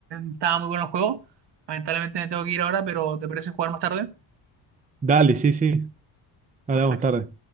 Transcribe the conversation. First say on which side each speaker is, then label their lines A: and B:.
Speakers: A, on the right; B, on the right.
A: estaba muy bueno el juego. Lamentablemente me tengo que ir ahora, pero ¿te parece jugar más tarde?
B: Dale, sí, sí, hablamos
A: Perfecto.
B: tarde.